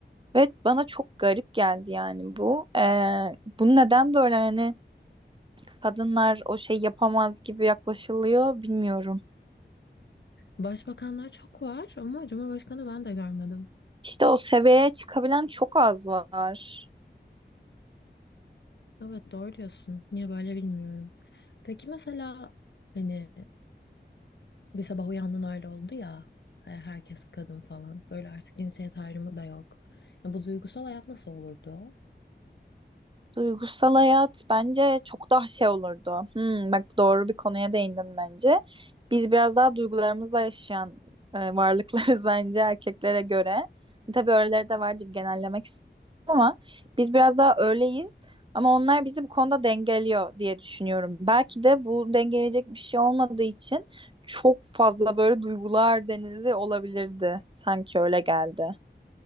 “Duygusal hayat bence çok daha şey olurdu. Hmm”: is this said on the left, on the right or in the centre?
Right